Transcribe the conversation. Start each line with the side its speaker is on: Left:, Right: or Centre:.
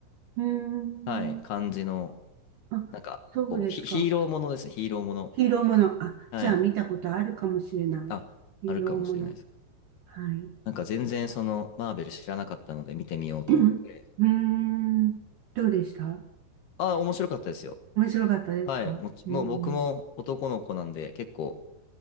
Right: うーん。
Left: はい、感じの、
Right: あ、
Left: なんか、
Right: そうですか。
Left: こうヒ、ヒーローものですね、ヒーローもの。
Right: ヒーローもの。あ、
Left: はい。
Right: じゃあ見たことあるかもしれない。
Left: あ、
Right: ヒーローもの。
Left: あるかもしれないです。
Right: はい。
Left: なんか全然そのマーベル知らなかったので見てみようと思って。
Right: <clears throat> うーん。どうでした
Left: あ、面白かったですよ。
Right: 面白かったですかうん。
Left: はい。もち、もう僕も男の子なんで、結構、